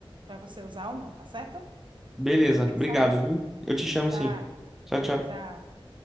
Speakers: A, on the right (about 55°); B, in the centre.
A: para você usar ou não, tá certo?
B: Beleza,
A: Vou ter
B: obrigado,
A: que sair.
B: viu? Eu te chamo
A: Tchau,
B: sim. Tchau, tchau.
A: tchau.